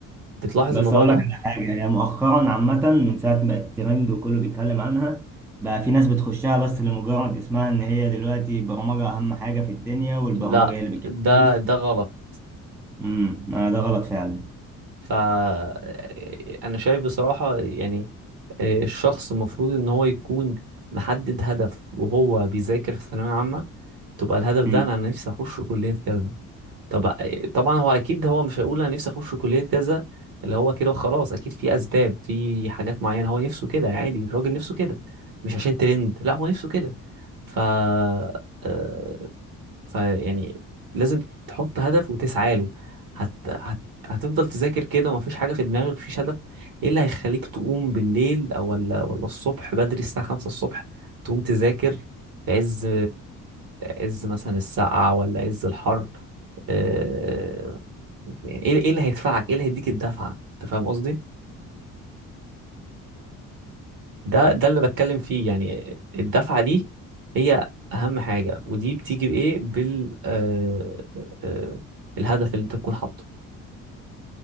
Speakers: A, on the right; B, in the centre.
A: بتلاحظ
B: بس
A: الموضوع
B: اقول
A: ده
B: لك على حاجه يعني مؤخرا عامه من ساعه ما بقت ترند وكله بيتكلم عنها بقى في ناس بتخشها بس لمجرد اسمها ان هي دلوقتي البرمجه اهم حاجه في الدنيا والبرمجه
A: لا
B: هي اللي بتجيب
A: ده
B: فلوس
A: ده غلط
B: امم ده غلط فعلا
A: فأنا شايف بصراحة يعني آه، الشخص المفروض إن هو يكون محدد هدف وهو بيذاكر في الثانوية عامة تبقى الهدف ده
B: امم
A: أنا نفسي أخش كلية كذا طب آه، طبعا هو أكيد هو مش هيقول أنا نفسي أخش كلية كذا اللي هو كده وخلاص أكيد في أسباب في حاجات معينة هو نفسه كده عادي الراجل نفسه كده مش عشان ترند لا هو نفسه كده ف آه، فيعني لازم تحط هدف وتسعى له هت... هت... هتفضل تذاكر كده ومفيش حاجة في دماغك مفيش هدف ايه اللي هيخليك تقوم بالليل او ولا ولا الصبح بدري الساعة خمسة الصبح تقوم تذاكر في عز عز مثلا السقعة ولا عز الحر آه، يعني ايه ايه اللي هيدفعك ايه اللي هيديك الدفعة انت فاهم قصدي؟ ده ده اللي بتكلم فيه يعني الدفعة دي هي أهم حاجة ودي بتيجي بإيه بال آه آه آه، الهدف اللي أنت تكون حاطه